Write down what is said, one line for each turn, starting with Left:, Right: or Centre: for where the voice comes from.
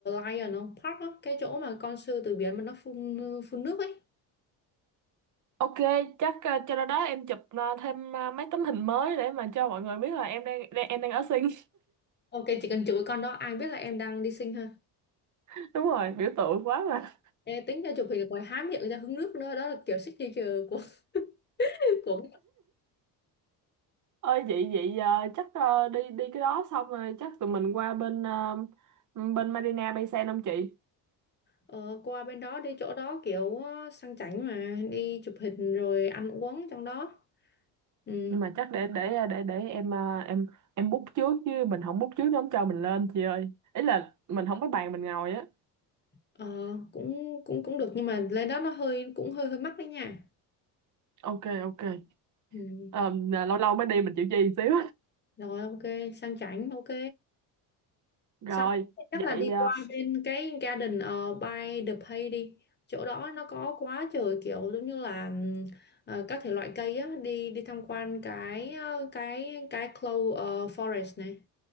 Left: Lion không? Park á, cái chỗ mà con sư tử biển mà nó phun phun nước ấy.
Right: Ok, chắc ờ, cho đó đó em chụp ờ, thêm ờ, mấy tấm hình mới để mà cho mọi người biết là em đang, đang em đang ở Sing.
Left: Ok chỉ cần chửi con đó ai biết là em đang đi sinh ha
Right: <laughs> Đúng rồi, biểu tượng quá mà.
Left: Ê, tính ra chụp hình ngoài há miệng ra hứng nước nữa đó là kiểu signature của <laughs> của
Right: ơi vậy vậy ờ, chắc ờ, đi đi cái đó xong rồi chắc tụi mình qua bên ờ, bên Marina Bay Sen không chị
Left: ờ, qua bên đó đi chỗ đó kiểu ờ, sang chảnh mà đi chụp hình rồi ăn uống trong đó ừ.
Right: nhưng mà chắc để để ờ, để để em ờ, em em book trước chứ mình không book trước nó không cho mình lên chị ơi ý là mình không có bàn mình ngồi á
Left: ờ, cũng cũng cũng được nhưng mà lên đó nó hơi cũng hơi hơi mắc đấy nha
Right: ok ok
Left: ừ.
Right: Ờ, lâu lâu mới đi mình chịu chi một xíu
Left: rồi ok sang chảnh ok
Right: <laughs> rồi
Left: xong chắc
Right: vậy
Left: là đi qua bên cái Garden uh, by the Bay đi chỗ đó nó có quá trời kiểu giống như là ừm, ờ, các thể loại cây á đi đi tham quan cái ờ, cái cái clove ờ, forest này